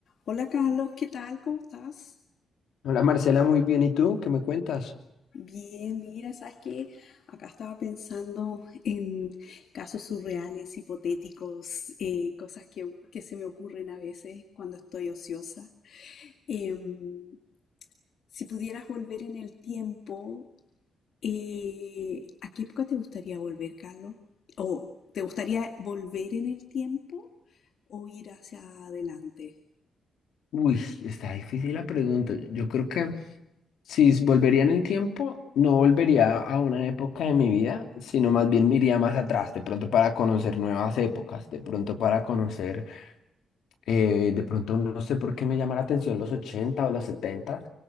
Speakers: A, on the left (about 65°); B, on the left (about 85°).
A: Hola Carlos, ¿qué tal? ¿Cómo estás?
B: Hola Marcela, muy bien. ¿Y tú? ¿Qué me cuentas?
A: Bien, mira, sabes que acá estaba pensando en casos surreales, hipotéticos, eh, cosas que, que se me ocurren a veces cuando estoy ociosa. Em, si pudieras volver en el tiempo, eh, ¿a qué época te gustaría volver, Carlos? ¿O te gustaría volver en el tiempo o ir hacia adelante?
B: Uy, está difícil la pregunta. Yo creo que si s- volvería en el tiempo, no volvería a una época de mi vida, sino más bien me iría más atrás, de pronto para conocer nuevas épocas, de pronto para conocer, eh, de pronto no sé por qué me llama la atención los 80 o los 70,